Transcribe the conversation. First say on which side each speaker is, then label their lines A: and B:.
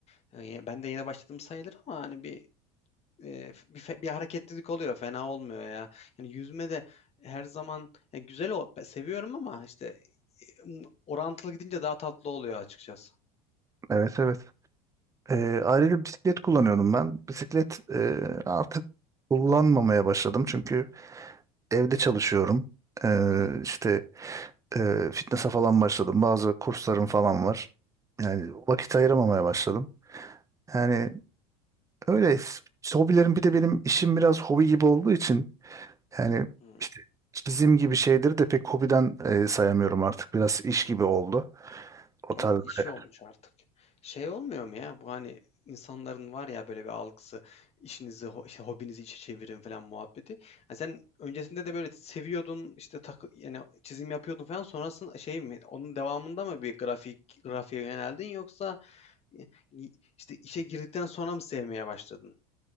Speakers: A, on the left; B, on the right.
A: Hani, ben de yeni başladım sayılır ama, hani, bir Eee, bir fe bir hareketlilik oluyor, fena olmuyor ya. Yani yüzme de her zaman ya güzel o be seviyorum ama işte, eee, ımm, orantılı gidince daha tatlı oluyor açıkçası.
B: evet evet. E, ayrıca bisiklet kullanıyordum ben. Bisiklet e, artık kullanmamaya başladım. Çünkü evde çalışıyorum. E, işte e, fitness'a falan başladım. Bazı kurslarım falan var. Yani vakit ayıramamaya başladım. Yani öyle hobilerim bir de benim işim biraz hobi gibi olduğu için Yani
A: Hıı.
B: işte çizim gibi şeyleri de pek hobiden e, sayamıyorum artık. Biraz iş gibi oldu. O tarz
A: O
B: böyle.
A: işi olmuş artık. Şey olmuyor mu ya? Bu hani insanların var ya böyle bir algısı, işinizi, ho- işte hobinizi işe çevirin falan muhabbeti. Ha sen öncesinde de böyle seviyordun, işte takı yani çizim yapıyordun falan. Sonrasında şey mi? Onun devamında mı bir grafik grafiğe yöneldin yoksa e, işte işe girdikten sonra mı sevmeye başladın?